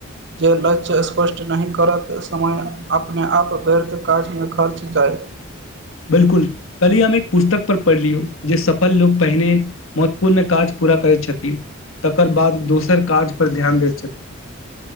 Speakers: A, on the right (about 55°); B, on the left (about 80°).
A: जे लक्ष्य स्पष्ट नहि करत समय अप अपने आप व्यर्थ काजमे खर्च जायत
B: बिलकुल कहली हम एक पुस्तक पर पढ़ लियौ जे सफल लोक पहिने महत्वपूर्ण काज पूरा करैत छथिन तकर बाद दोसर काज पर ध्यान दैत छथिन